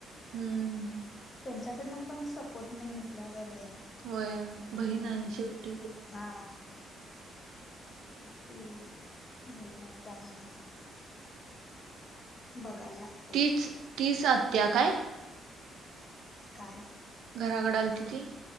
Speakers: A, on the right; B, on the left.
A: हम्म.
B: त्यांच्याकडनं पण सपोर्ट नाही म्हटल्यावरर
A: होय बहीण आहे शेवटी
B: हा. उटी बहीण य त्या म्हणून बघायला. लागते
A: तीच तीच हत्या काय?
B: काय?
A: घराकडे आलती ती